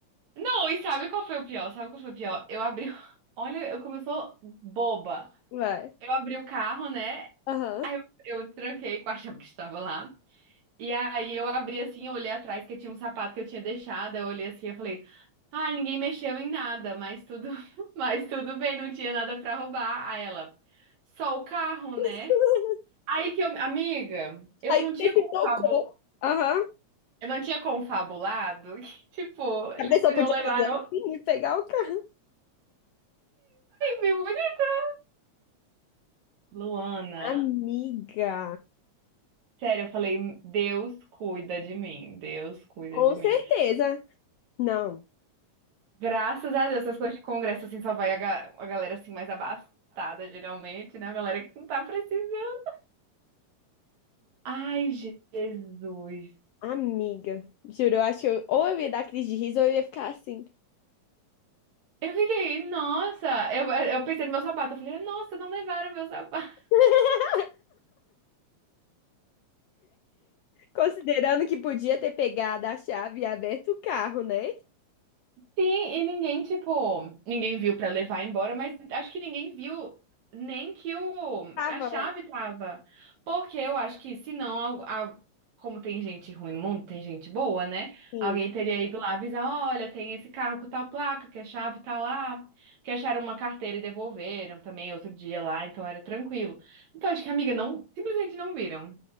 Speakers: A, on the right (about 70°); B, on the left (about 80°).
A: Não, e sabe qual foi o pior? Sabe qual foi o pior? Eu abri. o- <laughs> Olha, eu começou boba.
B: vai.
A: Eu abri o carro, né?
B: Aham.
A: Eu tranquei com a chave que estava lá. E aí eu abri assim, eu olhei atrás que tinha um sapato que eu tinha deixado, eu olhei assim, eu falei, ah, ninguém mexeu em nada, mas tudo, <laughs> mas tudo bem, não tinha nada pra roubar. Aí ela, só o carro, né?
B: <laughs>
A: Aí que eu, amiga, eu
B: Aí
A: não tinha
B: você
A: confabu-
B: se tocou. Aham.
A: eu não tinha confabulado que, <laughs> tipo, eles
B: A pessoa
A: podiam
B: podia
A: levar
B: fazer assim
A: o
B: e pegar o carro.
A: bem bonito. Luana,
B: Amiga,
A: sério, eu falei, Deus cuida de mim, Deus cuida
B: com
A: de mim.
B: certeza. Não.
A: Graças a Deus, essas coisas de congresso, assim, só vai a, ga- a galera, assim, mais abastada, geralmente, né? A galera que não tá precisando. Ai, Jesus.
B: Amiga, juro, eu acho que eu- ou eu ia dar crise de riso ou eu ia ficar assim.
A: Eu fiquei, nossa, eu, eu pensei no meu sapato, eu falei, nossa, não levaram meu sapato.
B: <laughs> Considerando que podia ter pegado a chave e aberto o carro, né?
A: Sim, e ninguém, tipo, ninguém viu pra levar embora, mas acho que ninguém viu nem que o,
B: Tava
A: a chave
B: lá.
A: tava. Porque eu acho que se não, a- a- como tem gente ruim no mundo, tem gente boa, né?
B: Sim.
A: Alguém teria ido lá avisar, olha, tem esse carro com tal placa, que a chave tá lá. Que acharam uma carteira e devolveram também outro dia lá, então era tranquilo. Então acho que a amiga não, simplesmente não viram.